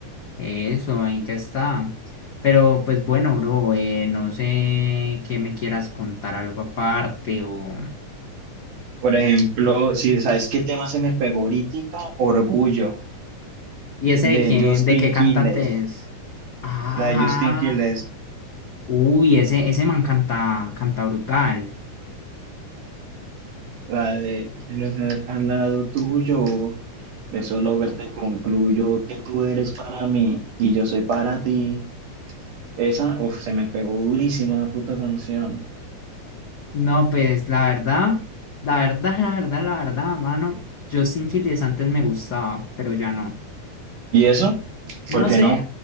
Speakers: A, on the left; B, on the right.
A: Eso, ahí ya está. Pero pues bueno, bro, eh, no sé que me quieras contar algo aparte o...
B: Por ejemplo, si sabes qué tema se me pegó ahorita, Orgullo,
A: ¿Y ese
B: de
A: de quién,
B: Justin
A: de qué cantante
B: Quiles.
A: es? Ah,
B: La de Justin Quiles,
A: uy, ese, ese man canta, canta brutal.
B: la de "Si no sé, al lado tuyo, de solo verte concluyo que tú eres para mí y yo soy para ti. Esa, uf, se me pegó durísima la puta canción.
A: No, pues la verdad, la verdad, la verdad, la verdad, mano, Justin Quiles antes me gustaba, pero ya no.
B: ¿Y eso?
A: No
B: ¿Por qué
A: sé,
B: no?